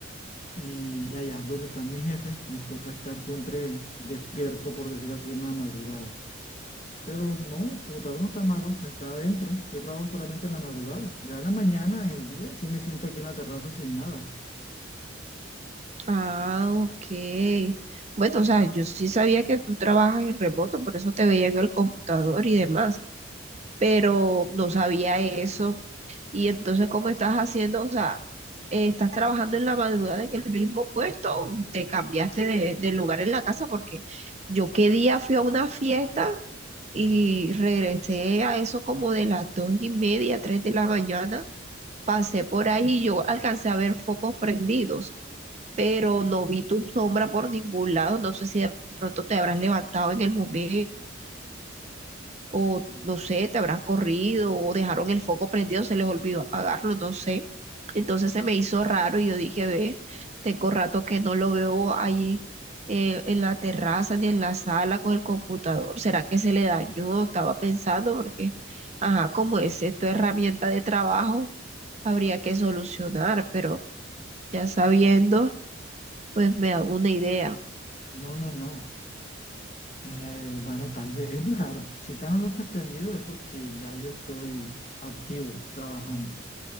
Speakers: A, on the left; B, on the right.
A: y allá donde están mis jefes, me toca estar siempre despierto, por decirlo así, en la madrugada. Pero no, el computador no está malo, está adentro. Yo trabajo solamente en la madrugada. Ya en la mañana, en el día, sí me siento aquí en la terraza sin nada.
B: Ah, ok. Bueno, o sea, yo sí sabía que tú trabajas en remoto, por eso te veía en el computador y demás pero no sabía eso. Y entonces, ¿cómo estás haciendo? O sea, eh, estás trabajando en la madrugada en el mismo puesto, o te cambiaste de, de lugar en la casa, porque yo qué día fui a una fiesta y regresé a eso como de las dos y media, tres de la mañana, pasé por ahí y yo alcancé a ver focos prendidos. pero no vi tu sombra por ningún lado, no sé si de pronto te habrás levantado en el momento o no sé, te habrás corrido o dejaron el foco prendido, se les olvidó apagarlo, no sé. Entonces se me hizo raro y yo dije, ve, tengo rato que no lo veo ahí eh, en la terraza ni en la sala con el computador. ¿Será que se le dañó? Estaba pensando porque, ajá, como es esto herramienta de trabajo, habría que solucionar, pero ya sabiendo, pues me hago una idea.
A: No, no, no. Eh, bueno, tal vez, es muy raro. Si están las luces prendidas es porque ya yo estoy activo, trabajando.